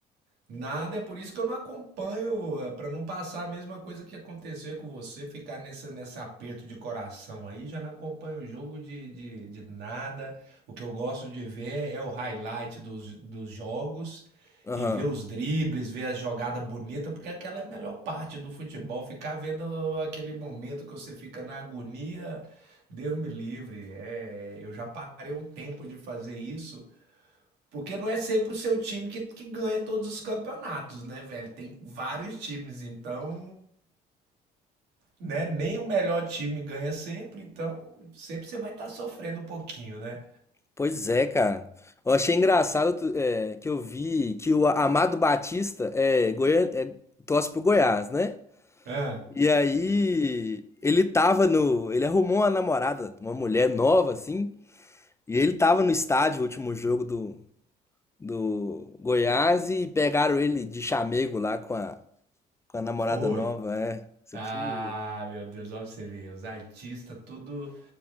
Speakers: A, on the right; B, on the left.
A: Nada, é por isso que eu não acompanho, para não passar a mesma coisa que aconteceu com você, ficar nessa, nesse aperto de coração aí, já não acompanho o jogo de, de, de nada. O que eu gosto de ver é o highlight dos, dos jogos
B: Aham.
A: e ver os dribles, ver a jogada bonita, porque aquela é a melhor parte do futebol, ficar vendo aquele momento que você fica na agonia, Deus me livre. É, eu já parei um tempo de fazer isso. Porque não é sempre o seu time que, que ganha todos os campeonatos, né, velho? Tem vários times, então. Né? Nem o melhor time ganha sempre, então sempre você vai estar sofrendo um pouquinho, né?
B: Pois é, cara. Eu achei engraçado tu- é, que eu vi que o Amado Batista é, Goian... é torce pro Goiás, né?
A: Ah,
B: E aí ele tava no. Ele arrumou uma namorada, uma mulher nova, assim. E ele tava no estádio, o último jogo do, do Goiás, e pegaram ele de chamego lá com a, com a namorada
A: foi.
B: nova, é. Você
A: Ah,
B: precisa de ver.
A: meu Deus, olha pra você ver. Os artistas, tudo,